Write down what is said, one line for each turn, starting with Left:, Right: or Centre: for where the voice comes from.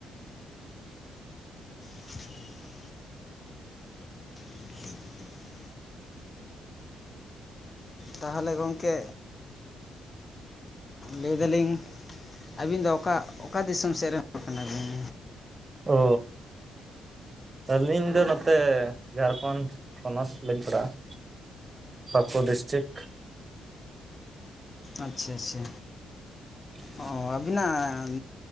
Left: <inaudible> <unintelligible> ᱛᱟᱦᱚᱞᱮ ᱜᱚᱝᱠᱮ ᱞᱟᱹᱭ ᱫᱟᱞᱤᱧ ᱟᱹᱵᱤᱱ ᱫᱚ ᱚᱠᱟ ᱚᱠᱟ ᱫᱤᱥᱚᱢ ᱥᱮᱫ ᱨᱮ? ᱠᱟᱱᱟ ᱵᱤᱱ
Right: ᱚ ᱟᱹᱞᱤᱧ ᱫᱚ ᱱᱚᱛᱮ ᱡᱷᱟᱲᱠᱷᱚᱸᱰ ᱯᱚᱱᱚᱛ ᱞᱤᱧ ᱯᱟᱲᱟᱜᱼᱟ᱾ ᱯᱟᱠᱩᱲ ᱰᱤᱥᱴᱨᱤᱠ ᱾
Left: ᱟᱪᱪᱷᱟ ᱟᱪᱪᱷᱟ
Right: <inaudible>
Left: ᱚ ᱟᱹᱵᱤᱱᱟᱜ